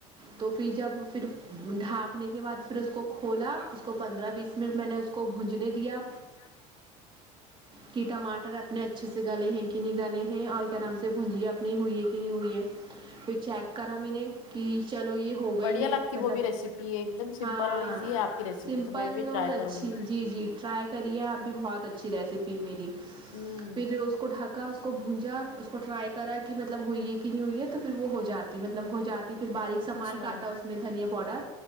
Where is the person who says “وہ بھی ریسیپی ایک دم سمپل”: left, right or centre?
Left